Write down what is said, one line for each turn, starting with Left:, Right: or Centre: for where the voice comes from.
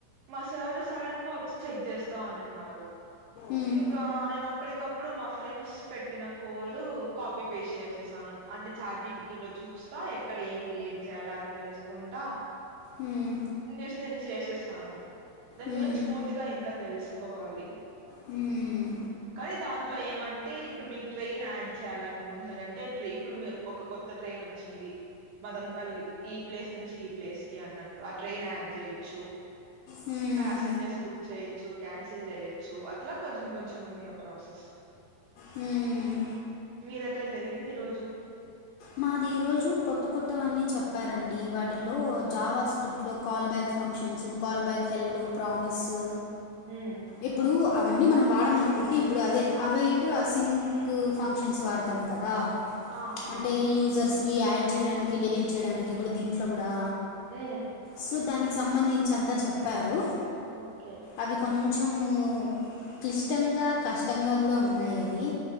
Right: మా సారు సడన్ గా వచ్చి చెక్ చేస్తాననిన్నారు
Left: మ్మ్.
Right: ఇంకా నేను అప్పటికప్పుడు మా ఫ్రెండ్స్ పెట్టిన కోల్ కాపీ పేస్ట్ చేసేసాను అంటే చార్జిపిటి లో చూస్తా ఎక్కడ ఏం క్రియేట్ చేయ్యాల అని తెలుసు కుంట
Left: మ్మ్.
Right: <unintelligible> నేను చేసేసాను దాని
Left: మ్మ్,
Right: గురించి పూర్తి తెలుసుకోవాలి
Left: హ్మ్
Right: కానీ దాంట్లో ఏమంటే ఇప్పుడు మీకు ట్రైన్ యాడ్ చేయాలినుకుంటున్నారంటే ఇప్పుడు మీరు ఒక కొత్ కొత్త ట్రైన్ వచ్చింది మదన్పల్లి ఈ ప్లేస్ నుంచి ప్లేస్ కి అన్నట్లు ఆ ట్రేన్ ఆడ్ చెయొచ్చు
Left: మ్మ్,
Right: పాసింజర్స్ బుక్ చేయొచ్చు క్యాన్సిల్ చెయొచ్చు అట్లా కొంచెం కొంచెం ఉంది ఆ ప్రాసెస్
Left: హ్మ్
Right: మీదెట్ల జరిగింది ఈరోజు
Left: మాది ఈ రోజు కొత్త కొత్తవన్నీ చెప్పారండి వాటిలో జావా స్క్రిప్ ఇంట్లో callback functions callback హెల్ ప్రామిసు
Right: హ్మ్
Left: ఇప్పుడు అవన్నీ మనం వాడమనుకోండి ఇప్పుడు అదే అవేటు ఆ సింక్ ఫంక్షన్స్ వాడతాం కదా
Right: ఆ ఆ
Left: అంటే యూజర్స్వి యాడ్ చేయడానికి డెలీట్ చేయడానికి గూడా దీంట్లో గూడా
Right: ఆ
Left: సో దానికి సంబంధించి అంతా చెప్పారు
Right: ఓకే
Left: అవి కొంచెము క్లిష్టంగా కష్టంగా గూడా ఉన్నాయ్ అవి